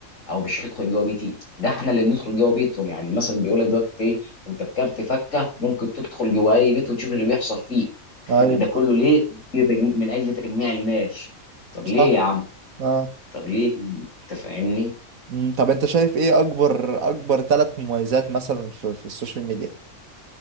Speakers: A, on the left; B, on the right.
A: او مش يدخل جوه بيتي ده احنا اللي بندخل جوه بيتهم يعني المثل بيقول لك دلوقتي ايه انت بكارت فكه ممكن تدخل جوه اي بيت وتشوف اللي بيحصل فيه <laughs>
B: ايوه
A: ده كله
B: صح
A: ليه ليه تجم- من اجل تجميع المال طب ليه
B: صح
A: يا عم
B: اه
A: طب ليه انت فاهمني
B: مم. طب انت شايف ايه اكبر اكبر ثلاث مميزات مثلا في, في السوشيال ميديا